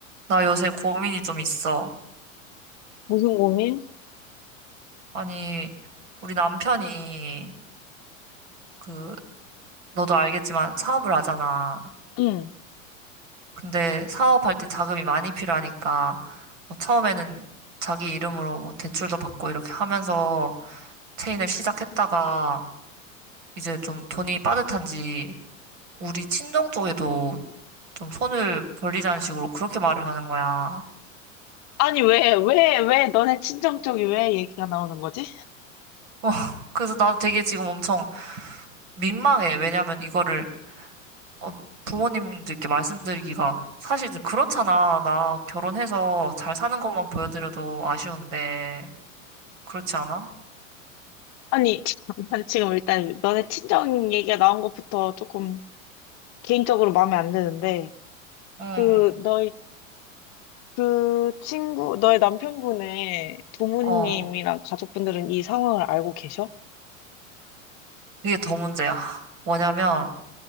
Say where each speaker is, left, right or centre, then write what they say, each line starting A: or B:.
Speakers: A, on the right; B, on the left.
A: 나 요새 고민이 좀 있어.
B: 무슨 고민?
A: 아니, 우리 남편이, 그, 너도 알겠지만 사업을 하잖아.
B: 응.
A: 근데 사업할 때 자금이 많이 필요하니까, 뭐 처음에는 자기 이름으로 뭐 대출도 받고 이렇게 하면서 체인을 시작했다가, 이제 좀 돈이 빠듯한지, 우리 친정 쪽에도 좀 손을 벌리자는 식으로 그렇게 말을 하는 거야.
B: 아니, 왜, 왜, 왜 너네 친정 쪽이 왜 얘기가 나오는 거지?
A: <laughs> 어, 그래서 나도 되게 지금 엄청 민망해. 왜냐면 이거를 어, 부모님들께 말씀드리기가 사실 이제 그렇잖아. 나 결혼해서 잘 사는 것만 보여드려도 아쉬운데 그렇지 않아?
B: 아니, <laughs> 난 지금 일단 너네 친정 얘기가 나온 것부터 조금 개인적으로 마음에 안 드는데,
A: 응,
B: 그, 너희, 그 친구, 너의 남편분의 부모님이랑
A: 어,
B: 가족분들은 이 상황을 알고 계셔?
A: 이게 더 문제야. 뭐냐면